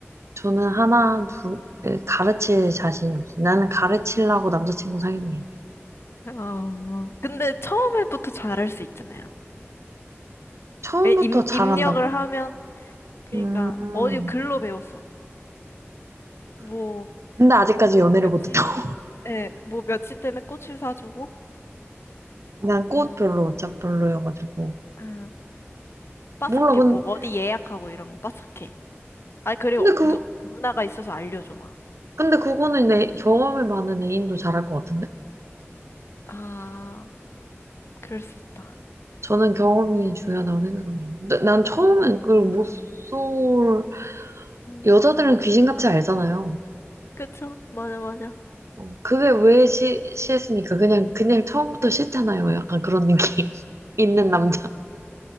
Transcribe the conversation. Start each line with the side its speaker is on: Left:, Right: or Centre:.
Right: 저는 하나, 둘, 에, 가르칠 자신이 없어. 나는 가르치려고 남자친구 사귀는 게 아니에요.
Left: 어, 근데 처음에부터 잘할 수 있잖아요.
Right: 처음부터
Left: 에, 임,
Right: 잘한다고?
Left: 입력을 하면, 그니까,
Right: 음,
Left: 어디 글로 배웠어. 뭐,
Right: 근데 아직까지
Left: 뭐,
Right: 연애를
Left: 며칠,
Right: 못했다.
Left: 예, 뭐, 며칠 때는 꽃을 사주고,
Right: 난 꽃 별로 어차피 별로여가지고
Left: 아, 빠삭해.
Right: 몰라 근-
Left: 뭐 어디 예약하고 이런 거 빠삭해. 아니 그리고
Right: 근데 그
Left: 누, 누나가 있어서 알려줘 막.
Right: 근데 그거는 내 경험이 많은 애인도 잘할 것 같은데
Left: 아, 그럴 수 있다.
Right: 저는 경험이 중요하다고 생각합니다. 나- 난 처음엔 그걸 못 쏠
Left: 음,
Right: 여자들은 귀신같이 알잖아요.
Left: 그쵸? 맞아, 맞아.
Right: 어, 그게 왜 시, 했습니까 그냥 그냥 처음부터 싫잖아요. 약간 그런 느낌 <laughs> 있는 남자